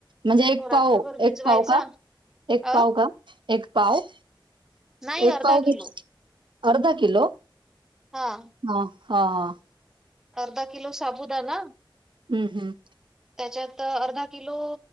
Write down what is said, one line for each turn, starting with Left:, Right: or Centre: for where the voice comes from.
Right: म्हणजे एक
Centre: तो रात्रभर
Right: पाऊ,
Centre: भिजवायचा
Right: एक पाऊ का? एक पाव
Centre: अ
Right: का, एक पाव?
Centre: नाही,
Right: एक
Centre: अर्धा
Right: पाव घे
Centre: किलो.
Right: अर्धा किलो?
Centre: हां,
Right: हा, हा, हा.
Centre: अर्धा किलो साबुदाना
Right: हम्म हम्म.
Centre: त्याच्यात, अर्धा किलो,